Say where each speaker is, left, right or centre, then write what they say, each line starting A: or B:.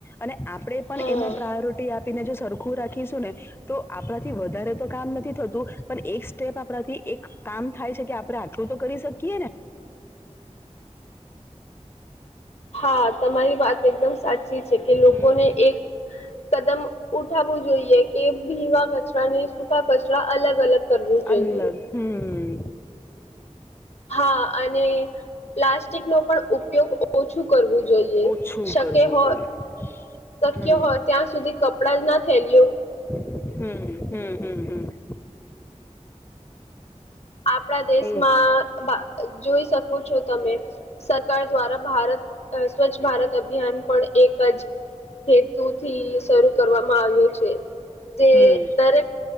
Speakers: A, on the left (about 20°); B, on the left (about 60°).
A: અને આપણે પણ
B: હા
A: એમાં પ્રાયોરિટી આપી. ને જો સરખું રાખીશું ને, તો આપડા થી વધારે તો કામ નથી. થતું પણ એક સ્ટેપ આપણાથી એક કામ થાય છે કે, આપણે આટલું તો કરી શકીએ ને.
B: હા તમારી વાત એકદમ સાચી છે કે લોકોને
A: હમ
B: એક કદમ ઉઠાવવું જોઈએ. કે ભીના કચરા ને સૂકા કચરા અલગ અલગ કરવું જોઈએ
A: અલગ હમ્મ.
B: હા અને પ્લાસ્ટિક નો પણ ઉપયોગ ઓછું કરવું જોએ. જોય એ
A: ઓછું
B: શક્ય
A: કરવું
B: હોય
A: જોઈએ
B: શક્ય
A: હમ
B: હોય ત્યાં સુધી ક કપડા જ ના થેલયો.
A: હમ્મ હમ્મ હમ્મ
B: આપણા દેશમાં.
A: એ
B: જોઈ શકો છો તમે, સરકાર દ્વારા ભારત સ્વચ્છ ભારત અભિયાન. પણ એક જ હેતુથી શરૂ કરવામાં આવ્યો છે. જે
A: હમ
B: દરેક